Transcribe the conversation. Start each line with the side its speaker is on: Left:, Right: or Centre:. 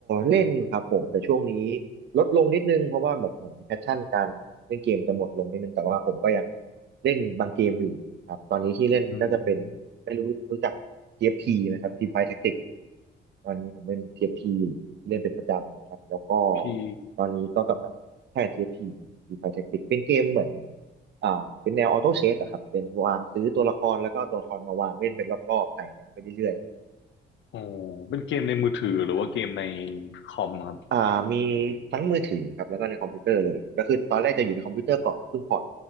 Right: เล่นครับผมแต่ช่วงนี้ลดลงนิดนึงเพราะว่าแบบเหมือนแพชชั่นการเล่นเกมจะหมดลงนิดนึงแต่ว่าผมก็ยังเล่นบางเกมอยู่ครับตอนนี้ที่เล่นก็จะเป็นไม่รู้รู้จัก
Left: อืม
Right: TFT ไหมครับ Team Fight Tactics ตอนนี้ผมเล่น TFT อฟทีอยู่ที่เล่นเป็นประจำนะครับแล้วก็
Left: พี่
Right: ตอนนี้ก็กำลังแค่ TFT ครับ Team Fight Tactics เป็นเกมเหมือนอ่าเป็นแนวออโต้เชฟอะครับเป็นวางซื้อตัวละครแล้วก็เอาตัวละครมาวางเล่นเป็นรอบๆไต่แรงไปเรื่อย
Left: อ๋อเป็นเกมในมือถือหรือว่าเกมใน
Right: ๆ
Left: คอมครับ
Right: อ่ามีทั้งมือถือครับแล้วก็ในคอมพิวเตอร์เลยก็คือตอนแรกจะอยู่ในคอมพิวเตอร์ก่อนแล้วเพิ่งพอร์ต